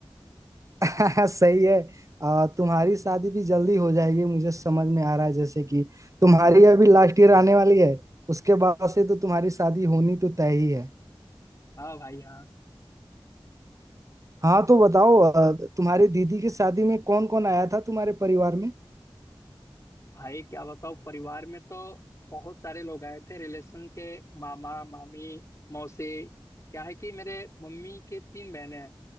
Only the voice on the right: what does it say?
<laughs> सही है अ, तुम्हारी शादी भी जल्दी हो जाएगी मुझे समझ में आ रहा है जैसे कि तुम्हारी अभी लास्ट ईयर आने वाली है उसके बाद से तो तुम्हारी शादी होनी तो तय ही है
हाँ तो बताओ अ, तुम्हारी दीदी की शादी में कौन कौन आया था तुम्हारे परिवार में